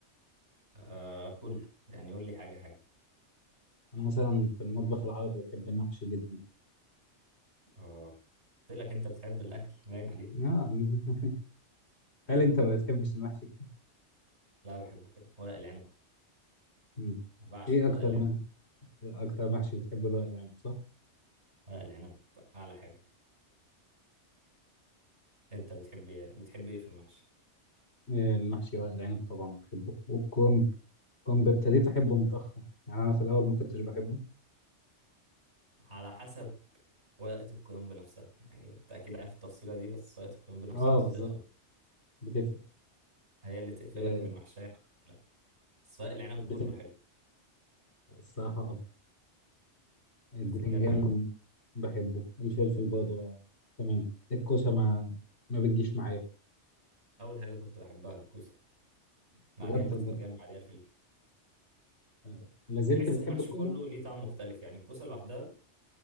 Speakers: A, on the right; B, on the left.
A: آه كله يعني قول لي حاجه حاجه
B: انا مثلا في المطبخ العربي بحب المحشي جدا
A: اه قلت لك انت بتحب الاكل باين عليه
B: آه، <laughs> هل انت ما بتحبش المحشي؟
A: لا بحبه كده ورق العنب
B: مم.
A: انا بعشق
B: ايه
A: ورق
B: اكتر
A: العنب
B: من اكتر محشي بتحبه ورق العنب صح؟
A: ورق العنب اعلى حاجه انت بتحب إيه؟ بتحب ايه في المحشي
B: آه، المحشي ورق العنب طبعا بحبه والكرنب كرنب ابتديت احبه متاخر يعني انا في الاول ما كنتش بحبه
A: على حسب ورقه الكرنب نفسها يعني انت اكيد عارف التفصيله دي بس ورقه الكرنب نفسها
B: اه
A: بتفرق
B: بالظبط بتفرق
A: هي اللي تقفلك
B: آه،
A: من محشية لا سواء العنب
B: بتنجح
A: كله حلو
B: الصراحه البتنجان
A: بتنجان حلو
B: بحبه الفلفل برضه بقى. تمام الكوسة ما ما بتجيش معايا
A: أول حاجة كنت بحبها الكوسة بعديها
B: بجد
A: البتنجان
B: والله
A: بعديها الفلفل
B: آه، لازلت
A: أحس
B: بتحب
A: إن المحشي
B: الكوسة؟
A: كله ليه طعم مختلف يعني الكوسة لوحدها